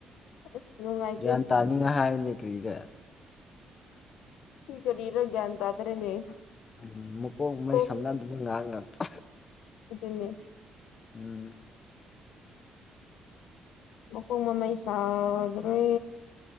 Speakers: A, on the left; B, on the left.
A: ꯑꯁ ꯅꯨꯡꯉꯥꯏꯇꯦ
B: ꯒꯤꯌꯥꯟ ꯇꯥꯅꯤꯡꯉꯥꯏ ꯍꯥꯏꯕꯅꯦ ꯀꯔꯤꯔ
A: ꯁꯤ ꯀꯔꯤꯔ ꯒꯤꯌꯥꯟ ꯇꯥꯗ꯭ꯔꯦꯅꯦ
B: ꯎꯝ ꯃꯀꯣꯛ ꯃꯩ
A: ꯀꯣꯛ
B: ꯁꯝꯅꯗꯕ ꯉꯥꯛ ꯉꯥꯛꯇ
A: ꯑꯗꯨꯅꯦ
B: ꯎꯝ꯫
A: ꯃꯀꯣꯡ ꯃꯃꯩ ꯁꯥꯗ꯭ꯔꯦ